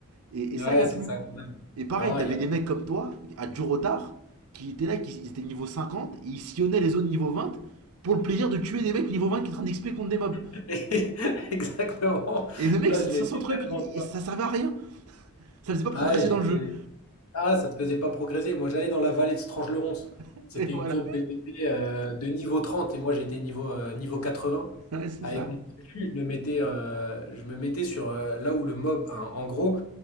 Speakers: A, on the right; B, on the left.
A: Et,
B: ouais,
A: et ça,
B: Ouais,
A: il y a
B: c'est
A: plus.
B: ça qu'on aime.
A: Et pareil,
B: Non,
A: t'avais
B: il n'y a
A: des
B: plus.
A: mecs comme toi, à Jurotar, qui étaient là, qui étaient niveau 50, et ils sillonnaient les zones niveau 20 pour le plaisir de tuer des mecs niveau 20 qui étaient en train d'XP contre des mobs.
B: <laughs> Exactement.
A: Et le mec,
B: Ça,
A: c'était
B: je
A: ça
B: l'ai
A: son
B: fait
A: truc,
B: tellement
A: il-
B: de fois.
A: ça servait à rien, ça faisait pas progresser
B: Ouais, j'ai
A: dans
B: fait-
A: le jeu.
B: Ah, ça te faisait pas progresser. Moi, j'allais dans la vallée de Strange-le-Ronce.
A: <laughs>
B: C'était
A: Et voilà,
B: une zone PVP euh, de niveau 30 et moi j'étais niveau, euh, niveau vingts
A: ouais, c'est
B: Avec
A: ça.
B: mon fufu, je me mettais, euh, je me mettais sur euh, là où le mob. hein, en gros,